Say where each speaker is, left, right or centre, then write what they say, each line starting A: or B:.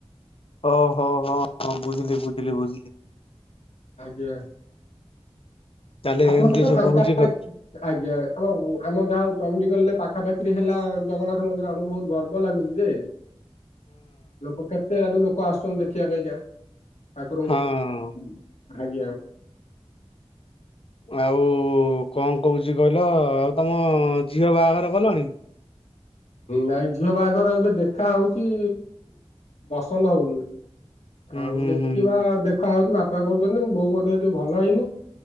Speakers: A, on the left; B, on the left.
A: ଓହୋ ହଁ ହଁ ବୁଝିଲି ବୁଝିଲି ବୁଝିଲି।
B: ଆଜ୍ଞା
A: ତାହେଲେ
B: ଆପଣ
A: ଏମିତି
B: କେତେ
A: ସବୁ
B: ଫାଙ୍କା
A: ହଉଛି କଥା
B: ଆଜ୍ଞା ଆମ ଆମ ଯାହା ହଉ ଚଣ୍ଡିଖୋଲରେ ପାଖାପାଖିରେ ହେଲା ଜଗନ୍ନାଥ ମନ୍ଦିର ଆମକୁ ବହୁତ ଗର୍ବ ଲାଗୁଛି ଯେ ଲୋକ କେତେ ଆଡୁ ଲୋକ ଆସୁଛନ୍ତି ଦେଖିବା ପାଇଁକା। ଠାକୁୁରଙ୍କୁ
A: ହଁ ହଁ।
B: ଆଜ୍ଞା
A: ଆଉ କଣ କହୁଛି କହିଲ ଆଉ ତମ ଝିଅ ବାହାଘର କଲଣି?
B: ନାଇଁ ଝିଅ ବାହାଘର ଏବେ ଦେଖା ହଉଛି ପସନ୍ଦ ହଉନି।
A: ହୁଁ
B: ଆଉ
A: ହୁଁ
B: ଦେଖିବା
A: ହୁଁ
B: ଦେଖା ହଉଛି ବାପା କହୁଛନ୍ତି ବୋଉଙ୍କ ଦେହ ଟିକେ ଭଲ ହେଇନି।